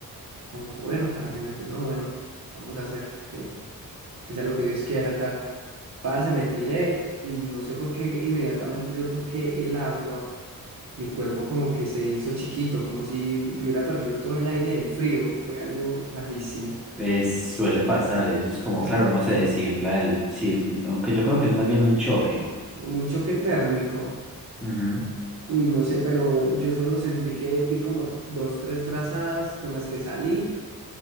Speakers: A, on the right (about 45°); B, in the centre.
A: Cuando, bueno, a la final yo no, bueno, vamos a hacerlo, que, que sea lo que Dios quiera, tal. Parce, me tiré y no sé por qué inmediatamente yo toqué el agua, mi cuerpo como que se hizo chiquito, como si me hubiera perdido todo el aire del frío, fue algo rarísimo.
B: Es, suele pasar, eso es como,
A: Es
B: claro, no
A: como
B: se desinfla el. Sí, aunque yo creo que es más bien un choque.
A: como un choque térmico.
B: Ujú.
A: Uy, no sé, pero yo solo sentí que di como dos, tres brazadas con las que salí,